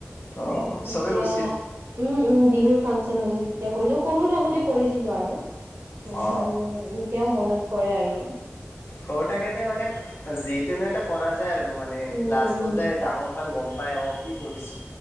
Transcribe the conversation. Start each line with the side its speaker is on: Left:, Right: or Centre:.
Left: অ
Right: তেতিয়া
Left: চবেই গৈছিল
Right: উম উম বিহুৰ ফাংচন হৈছিল তেতিয়া কৰিছিলো সৰু থাকোঁতে কৰিছিলো আৰু মানে
Left: অ
Right: সেইবোৰ এতিয়া মনত পৰে আৰু
Left: সৰু থাকেতে মানে যিটোনো এটা কৰা যায় আৰু তোৰ মানে
Right: উম।
Left: লাষ্টত যে ডাঙৰ হয় গম পাই অহ কি কৰিছো